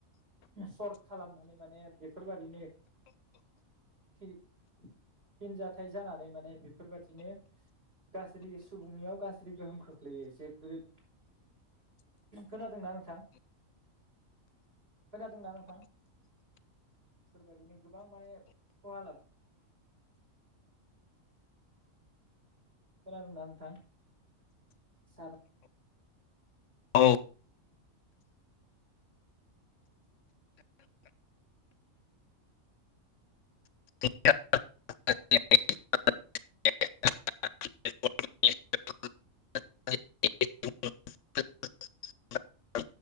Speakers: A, on the right; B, on the left.
A: सर्ट खालामनानै माने बेफोरबायदिनो फि-फिनजाथाइ जानानै माने बेफोरबादिनो गाज्रि सुबुंनियाव गाज्रि गोहोम खोख यो एसे ब्रोद खोनादोंना नोंथां? खोनादोंना नोंथां? बेबायदिनो गोबां माने खहा लाब खोनादोंना नोंथां? सार
B: औ <unintelligible> <unintelligible>